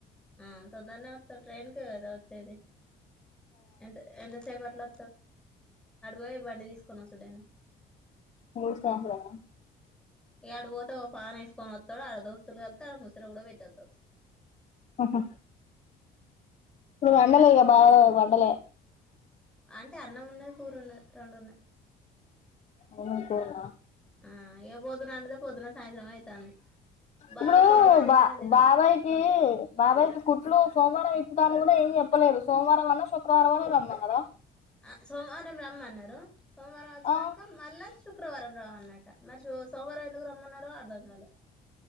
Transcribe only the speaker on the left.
మూడు సంవత్సరాల
ఓహో
ఇప్పు వండల బాగా వండలే
అన్నం కూరన
ఇప్పుడు
బా
బాబాయికి బాబాయ్కి కుట్లు సోమవారం ఇప్పుతా కూడా ఏం చెప్పలేరు సోమవారం అన్నా శుక్రవారం అన్నా రమ్మన్నరా
ఆ